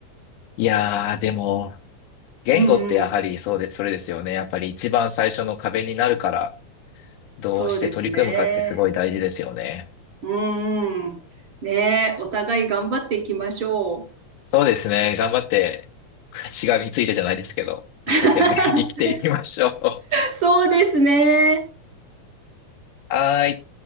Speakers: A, on the left; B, on the right.
A: いやー、でも、言語ってやはりそうで、
B: うんうん、
A: それですよね。やっぱり一番最初の壁になるから、どうして取り組むかってすごい大事ですよね。
B: そうですね。うーん。ねえ、お互い頑張っていきましょう。
A: そうですね。頑張って、しがみついてじゃないですけど、一生懸命生きていきましょう。
B: <laughs>
A: <laughs> は
B: そうですね。
A: ーい。